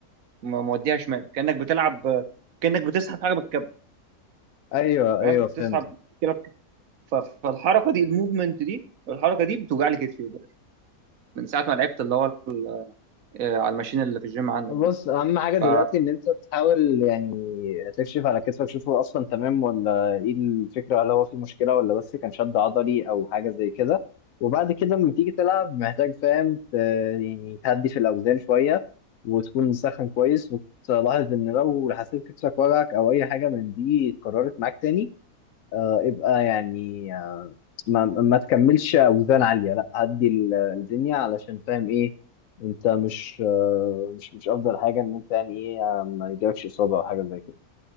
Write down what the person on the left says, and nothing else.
ايوه
ايوه
فهمت
بص
اهم حاجه دلوقتي
ان انت تحاول يعني تكشف على كتفك شوف هو اصلا تمام ولا ايه الفكره هل هو في مشكله ولا بس كان شد عضلي او حاجه زي كده وبعد كده لما تيجي تلعب محتاج فاهم ت- يعني تهدي في الاوزان شويه وتكون مسخن كويس وتلاحظ ان لو حسيت كتفك وجعك او اي حاجه من دي اتكررت معاك تاني آه، ابقى يعني ما, ما تكملش اوزان عاليه لا هدي ال- الدنيا علشان فاهم ايه انت مش آه، مش مش افضل حاجه ان انت يعني ايه آه، ما يجيلكش اصابه او حاجه زي كده